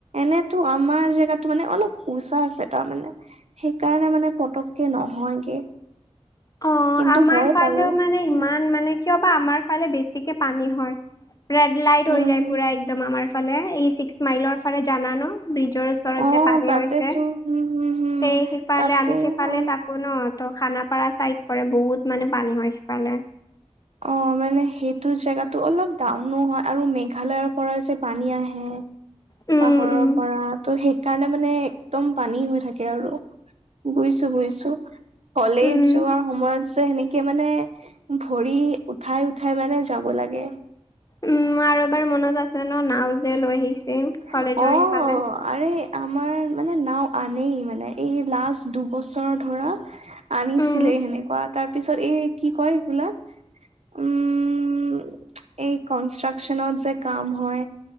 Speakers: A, on the right (about 70°); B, on the left (about 30°).
A: এনেতো আমাৰ জেগাতো মানে অলপ উচা আছে তাৰমানে। সেইকাৰণে মানে পতককে নহয়গে।
B: অ',
A: কিন্তু
B: আমাৰ
A: হয়
B: ফালেও
A: বাৰু
B: মানে
A: উম
B: ইমান মানে কিয় বা আমাৰ ফালে বেছিকে পানী হয়। ৰেড লাইট
A: হম
B: হৈ যায়
A: হম
B: পুৰা একদম আমাৰ ফালে এই ছিক্স মাইলৰ ফালে জানা ন, ব্ৰিজ জৰ ওচৰত
A: অ
B: যে পানী
A: তাতেতো
B: হৈছে,
A: হম হম হম
B: সেই সিফালে
A: তাতে
B: আমি সিফালে
A: অ
B: তাক থাকোঁ ন, ত খানাপাৰা চাইড পৰে বহুত মানে পানী হয় সিফালে।
A: অ', মানে সেইটো জেগা টো অলপ ডাউনো হয় আৰু মেঘালয়ৰ পৰা যে পানী আহে।
B: উম
A: পাহৰৰ
B: উম।
A: পৰা ত' সেইকাৰণে মানে একদম পানী হৈ থাকে আৰু। বুইছো-বুইছো, কলেজ
B: উম
A: যোৱাৰ সময়ত চে সেনেকে মানে ভৰি উঠাই-উঠাই মানে যাব লাগে।
B: উম, আৰু এবাৰ মনত আছে ন নাও যে লৈ আহিছিল, কলেজৰ
A: অ
B: ইফালে?
A: আৰে আমাৰ মানে নাও আনেই মানে এই লাষ্ট দুবছৰ ধৰা আনিছিলে
B: উম
A: সেনেকুৱা তাৰ পিছত এই কি কয় এইবিলাক? উম, এই কনষ্ট্ৰাকচনত যে কাম হয়?